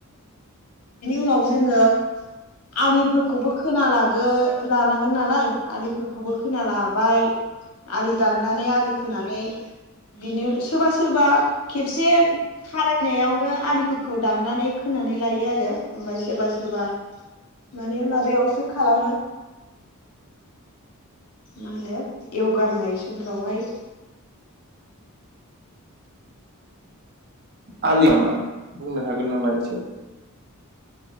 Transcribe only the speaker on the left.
उनाव जोङो आलिफोरखौबो खोना लागो लानांगोन नालाय आलिफोरखौबो खोना लाबाय आलि दाननानै आलि खोनानै बिनो सोरबा सोरबा खेबसे खारायनायावनो आलिफोरखौ दाननानै खोनानै लायो आरो ओमफ्राय सोरबा सोरबा माने माबायावसो खालामो मा होनो एवगारनाय समफ्रावहाय